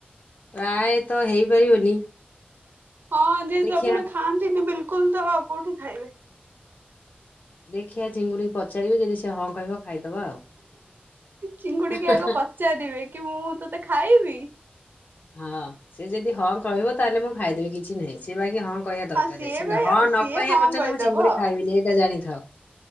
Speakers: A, on the left; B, on the right.
A: ପ୍ରାୟ ତ ହେଇପାରିବନି।
B: ହଁ ଯେହେତୁ
A: ଦେଖିଆ
B: ଆପଣ ଖାଆନ୍ତିନି ବିଲ୍ କୁଲ୍ ତ ଆଉ କୋଉଠି ଖାଇବେ?
A: ଦେଖିିଆ ଚିଙ୍ଗୁଡି ପଚାରିବେ ଯଦି ସେ ହଁ କହିବ ଖାଇଦବା
B: ଚିଙ୍ଗୁଡିକି
A: ଆଉ।
B: ଆଗ ପଚାରିବେ କି ମୁଁ ତତେ ଖାଇବି।
A: ହଁ ସେ ଯଦି ହଁ କହିବ ତାହେଲେ ମୁଁ ଖାଇଦେବି କିଛି ନାହିଁ। ସେ ବାକି ହଁ କହିବା ଦରକାର
B: ସିଏ
A: ସେ
B: ବି
A: ହଁ ନ
B: ସିଏ
A: କହିବା
B: ହଁ
A: ପର୍ଯ୍ୟନ୍ତ
B: କହିଦବ।
A: ମୁଁ ଚିଙ୍ଗୁଡି ଖାଇବିନି ଏଇଟା ଜାଣିଥା